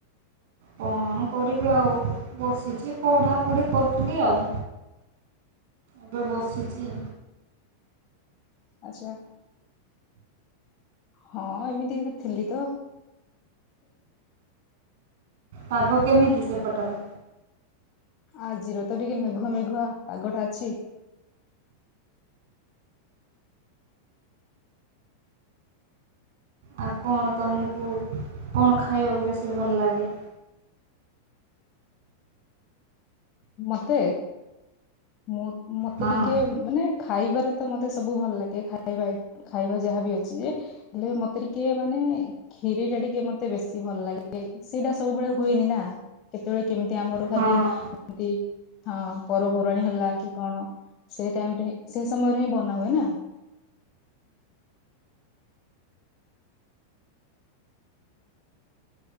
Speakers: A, on the right (about 50°); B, on the left (about 35°).
A: କଣ କରିବି ଆଉ ବସିଛି ପଢାପଢି କରୁଥିଲି ଆଉ। ଏବେ ବସିଚି।
B: ଆଚ୍ଛା, ହଁ ଏମିତି ଏତି ଥିଲି ତ।
A: ପାଗ କେମିତି ସେପଟର?
B: ଆଜିର ତ ଟିକେ ମେଘୁଆ ମେଘୁଆ ପାଗଟା ଅଛି।
A: ଆଉ କଣ ତମକୁ, କଣ ଖାଇବାକୁ ବେଶୀ ଭଲ ଲାଗେ?
B: ମତେ, ମୁଁ ମତେ
A: ହଁ
B: ଟିକେ ମାନେ ଖାଇବାରେ ତ ମତେ ସବୁ ଭଲ ଲାଗେ, ଖାଇବା ଖାଇବା ଯାହାବି ଅଛି ଯେ। ହେଲେ ମତେ ଟିକେ ମାନେ ଖିରୀ ଟା ଟିକେ ମତେ ବେଶୀ ଭଲ ଲାଗେ, ସେଇଟା ସବୁବେଳେ ହୁଏନି ନା, କେତେବେଳେ କେମିତି ଆମର ଖାଲି
A: ହଁ
B: ଏମିତି, ହଁ ପର୍ବପର୍ବାଣୀ ହେଲା କି କଣ? ସେ ଟାଇମ୍ ରେ ହିଁ, ସେ ସମୟରେ ବି ବନା ହୁଏ ନା?